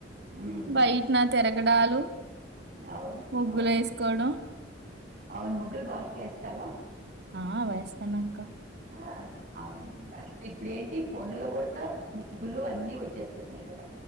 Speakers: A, on the right; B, on the right.
A: ఉమ్,
B: బయట్న తిరగడాలు,
A: అవును
B: ముగ్గులు
A: అవును
B: వేసుకోవడం.
A: అవును ముగ్గులు బాగా ఎస్తావ్
B: ఆ వేస్తనక్క
A: ఆహ్ అవును ఇప్పుడేంటి ఫోనులో కూడా ముగ్గులు అన్ని వచ్చేస్తున్నాయి కదా.